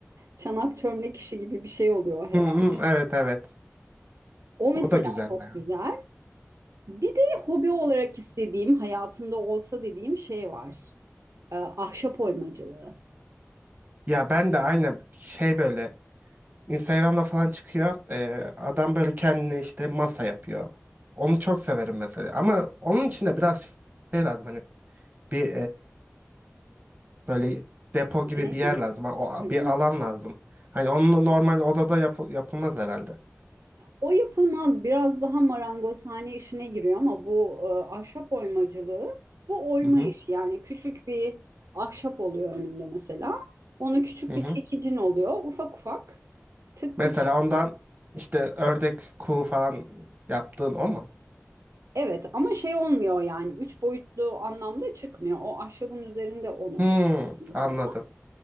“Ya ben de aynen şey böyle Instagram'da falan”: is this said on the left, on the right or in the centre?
Right